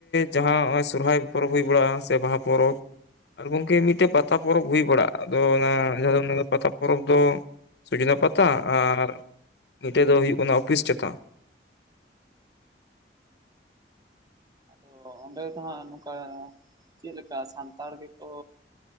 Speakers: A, on the left; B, on the right.
A: ᱡᱟᱦᱟᱸ ᱱᱚᱜ-ᱚᱭ ᱥᱚᱨᱚᱦᱟᱭ ᱯᱚᱨᱚᱵ ᱦᱩᱭ ᱵᱟᱲᱟᱜᱼᱟ ᱥᱮ ᱵᱟᱦᱟ ᱯᱚᱨᱚᱵ ᱟᱨ ᱜᱚᱢᱠᱮ ᱢᱤᱫᱴᱮᱡ ᱯᱟᱛᱟ ᱯᱚᱨᱚᱵ ᱦᱩᱭ ᱵᱟᱲᱟᱜᱼᱟ, ᱟᱫᱚ ᱚᱱᱟ ᱡᱟᱦᱟᱸ ᱫᱚ ᱯᱟᱛᱟ ᱯᱚᱨᱚᱵ ᱫᱚ ᱥᱩᱡᱱᱟ ᱯᱟᱛᱟ ᱟᱨ ᱢᱤᱫᱴᱮᱡ ᱫᱚ ᱦᱩᱭᱩᱜ ᱠᱟᱱᱟ ᱚᱯᱤᱥ ᱪᱟᱛᱟ᱾
B: ᱟᱫᱚ ᱚᱸᱰᱮ ᱫᱚ ᱦᱟᱸᱜ ᱱᱚᱝᱠᱟ ᱪᱤᱫ ᱞᱮᱠᱟ ᱥᱟᱱᱛᱟᱲ ᱜᱮᱠᱚ